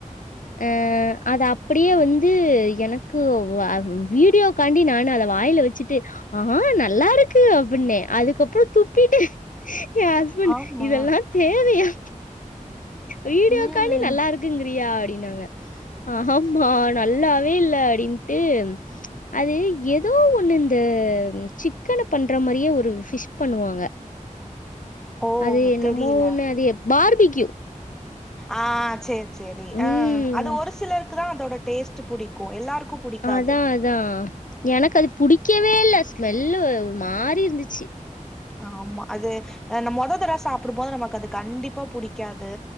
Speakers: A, on the left; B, in the centre.
A: ஆ அத அ ப்டியே வந்து எனக்கு வா வீடியோகான்டி நானு அத வாய்ல வச்சுட்டு ஆ நல்லாருக்கு அப்பின்னே அதுக்கப்றோ துப்பிட்டே எ ஹஸ்பண்ட்
B: ஆமா
A: இதெல்லா தேவயா வீடியோக்கான்டி
B: ம்
A: நல்லா இருக்குங்கிறியா அப்டின்னாங்க ஆமா நல்லாவே இல்ல அப்டின்ட்டு அது எதோ ஒண்ணு இந்த சிக்கன பண்ற மாரியே ஒரு ஃபிஷ் பண்ணுவாங்க
B: ஓ
A: அது என்னமோ
B: தெரியல
A: ஒன்னு அது பார்பிகியூ
B: ஆ சேரி சேரி
A: ம்
B: ஆ அது ஒரு சிலருக்கு தா அதோட டேஸ்ட் புடிக்கு எல்லாருக்கு புடிக்காது
A: அதா அதா எனக்கு அது புடிக்கவே இல்ல ஸ்மெல்லு ஒரு மாரி இருந்துச்சு
B: ஆமா அது மொத தர சாப்பிடும்போது நமக்கு அது கண்டிப்பா புடிக்காது